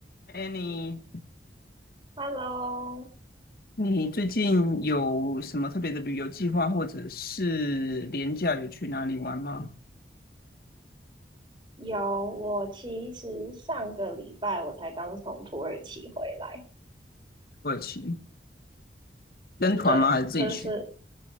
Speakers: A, on the left (about 55°); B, on the right (about 25°).
A: 哎，你
B: Hello，
A: 你最近有什么特别的旅游计划，或者是廉价有去哪里玩吗？
B: 有，我其实上个礼拜我才刚从土耳其回来，
A: 土耳其跟团吗？
B: 对，
A: 还是自己去？
B: 就是